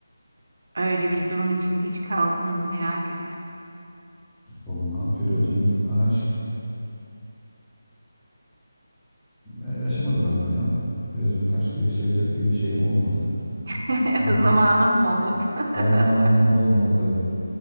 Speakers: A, on the right; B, in the centre.
A: Öyle bir durum içinde hiç kaldın mı? Merak et.
B: Onunla platonik aşk ya yaşamadım galiba ya. Platonik aşk yaşayacak bir şeyim olmadı.
A: <laughs>
B: Durum
A: Zamanın mı olmadı? <laughs>
B: zamanım olmadı.